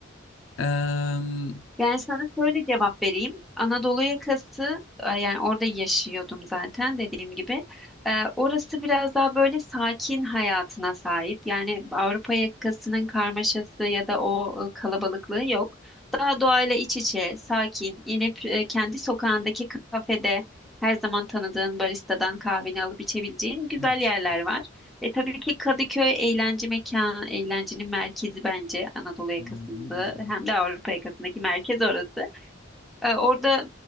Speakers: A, on the left; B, in the centre.
A: Eee,
B: Yani sana şöyle cevap vereyim. Anadolu yakası e, yani orada yaşıyordum zaten dediğim gibi. E, orası biraz daha böyle sakin hayatına sahip. Yani Avrupa yakasının karmaşası ya da o e, kalabalıklığı yok. Daha doğayla iç içe, sakin, inip e, kendi sokağındaki kafede her zaman tanıdığın baristadan kahveni alıp içebileceğin güzel
A: evet.
B: yerler var. E, tabii ki Kadıköy eğlence mekanı, eğlencenin merkezi bence Anadolu yakasında
A: Eee, ne güzel.
B: hem de Avrupa yakasındaki merkez orası. Ee, orada